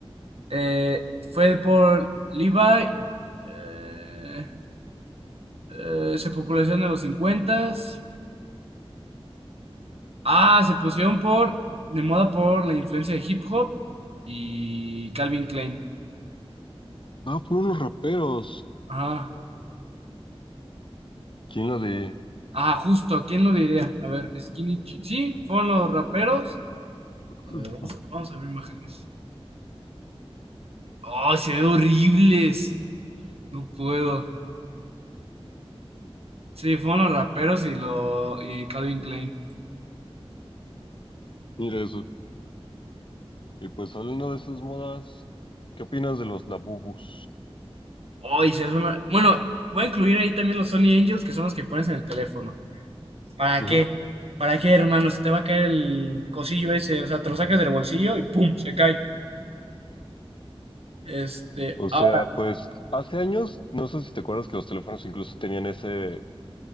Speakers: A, on the right; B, on the left.
A: Eh, fue por Levi, eh, eh, se popularizó en los cincuentas Ah, se pusieron por, de moda por la influencia de hip hop y Calvin Klein.
B: Ah, fueron los raperos.
A: Ajá.
B: ¿Quién lo de...?
A: Ah, justo, ¿quién lo diría? A ver, Skinny Chi- Sí, fueron los raperos.
B: <clears throat>
A: A ver, vamos, a vamos a ver imágenes. ¡Ay, se ve horribles! No puedo. Sí, fueron los raperos y lo y Calvin Klein.
B: <laughs> Mira eso. Y pues hablando de esas modas, ¿qué opinas de los labubus?
A: ¡Ay, se hace una. Bueno, voy a incluir ahí también los Sony Angels, que son los que pones en el teléfono. ¿Para
B: Ujú.
A: qué? ¿Para qué, hermano? Se te va a caer el cosillo ese, o sea, te lo sacas del bolsillo y ¡pum! se cae. Este,
B: O
A: ah,
B: sea, pues hace años, no sé si te acuerdas que los teléfonos incluso tenían ese,